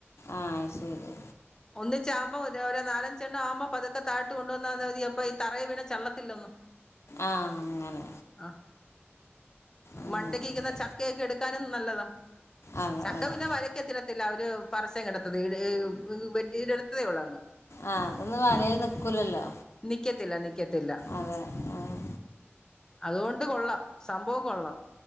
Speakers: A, on the left; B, on the left.
A: ആഹ് ശരി.
B: ഒന്നിച്ചാകുമ്പോ ഒര് ഒരു നാലഞ്ചെണ്ണം ആവുമ്പോ പതുക്കെ താടഴത്ത് കൊണ്ട് വന്ന് അതായത് എപ്പോ ഈ തറയിൽ വീണ് ചള്ളത്തില്ലൊന്നും.
A: ആഹ് അങ്ങനെ.
B: ആഹ്
A: അങ്ങനെ
B: മണ്ടക്ക്ക്കുന്ന
A: ഓക്കെ.
B: ചക്കയൊക്കെ എടുക്കാനും നല്ലതാ
A: അതെ
B: ചക്ക
A: അതെ
B: പിന്നെ വലക്കെത്തി ത്തില്ല അവര് പറിച്ചങ് എട്ത്തത് ഇ ഈ വെട്ടിടുത്തതേ ഉള്ളൂ അങ്ങ്
A: ആഹ് അതൊന്നും വലയില് നിക്കൂലല്ലോ
B: നിക്കത്തില്ല നിക്കത്തില്ല
A: അതെ ആഹ്
B: അതുകൊണ്ട് കൊള്ളാം സംഭവം കൊള്ളാം.